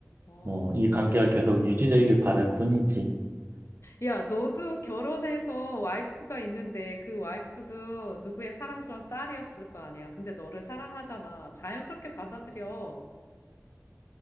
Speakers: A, on the left; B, on the right.
A: 어.
B: 뭐 이 관계가 계속 유지되길 바랄 뿐이지
A: 야, 너도 결혼해서 와이프가 있는데 그 와이프도 누구의 사랑스러운 딸이었을 거 아니야. 근데 너를 사랑하잖아. 자연스럽게 받아들여.